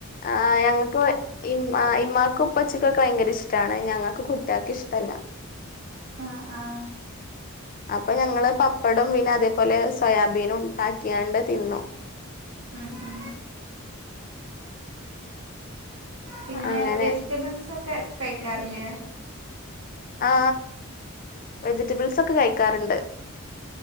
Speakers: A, on the left (about 40°); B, on the right (about 85°).
A: ആ ഞങ്ങക്ക് ഭ ഇ ഇമ്മാക്ക് ഉപ്പച്ചിക്കൊക്കെ ഭയങ്കര ഇഷ്ട്ടാണ് ഞങ്ങക്ക് കുട്ടിയക്ക് ഇഷ്ടല്ല.
B: ആഹ്, ആഹ്
A: അപ്പൊ ഞങ്ങള് പപ്പടും പിന്നെ അതേപോലെ സോയാബീനും ഉണ്ടാക്കിയാണ്ട് തിന്നോ.
B: ആ, ആ പിന്നെ
A: അങ്ങനെ
B: വെജി വെജിറ്റബിൾസൊക്കെ കൈക്കാറില്ലേ.
A: ആ വെജിറ്റബിൾസൊക്കെ കഴിക്കാറുണ്ട്.